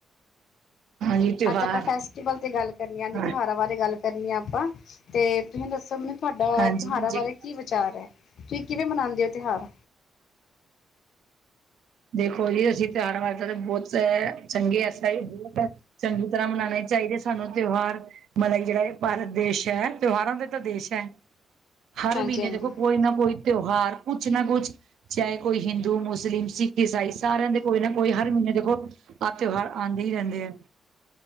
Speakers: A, on the right; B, on the left.
A: ਹਾਂਜੀ। ਤਿਉਹਾਰ
B: ਅੱਜ ਆਪਾਂ ਫੈਸਟੀਵਲ ਤੇ ਗੱਲ ਕਰਨੀ,
A: ਹਾਂ
B: ਤਿਉਹਾਰਾਂ ਬਾਰੇ ਗੱਲ ਕਰਨੀ, ਆ ਆਪਾਂ ਤੇ ਤੁਸੀਂ ਦੱਸੋ ਮੈਨੂੰ ਤੁਹਾਡਾ
A: ਹਾਂਜੀ-ਹਾਂਜੀ
B: ਤਿਉਹਾਰਾਂ ਬਾਰੇ ਕੀ ਵਿਚਾਰ ਹੈ? ਤੁਸੀਂ ਕਿਵੇਂ ਮਨਾਉਂਦੇ ਹੋ ਤਿਉਹਾਰ?
A: ਦੇਖੋ ਜੀ, ਅਸੀਂ ਤਿਉਹਾਰ ਵਾਸਤੇ ਬਹੁਤ ਚੰਗੇ, <inaudible> ਜੀ ਬਹੁਤ ਚੰਗੀ ਤਰ੍ਹਾਂ ਮਨਾਉਣੇ ਚਾਹੀਦੇ, ਸਾਨੂੰ ਤਿਉਹਾਰ। ਮਤਲਬ ਕਿ, ਜਿਹੜਾ ਇਹ ਭਾਰਤ ਦੇਸ਼ ਹੈ, ਤਿਉਹਾਰਾਂ ਦੇ ਤਾਂ ਦੇਸ਼ ਹੈ। ਹਰ
B: ਹਾਂਜੀ
A: ਮਹੀਨੇ
B: ਹਾਂਜੀ
A: ਦੇਖੋ, ਕੋਈ ਨਾ ਕੋਈ ਤਿਉਹਾਰ, ਕੁਛ ਨਾ ਕੁਛ, ਚਾਹੇ ਕੋਈ ਹਿੰਦੂ ਮੁਸਲਿਮ ਸਿੱਖ ਸਾਈ ਸਾਰਿਆਂ ਦੇ ਕੋਈ ਨਾ ਕੋਈ, ਹਰ ਮਹੀਨੇ ਦੇਖੋ ਆਹ ਤਿਉਹਾਰ ਆਉਂਦੇ ਹੀ ਰਹਿੰਦੇ ਨ।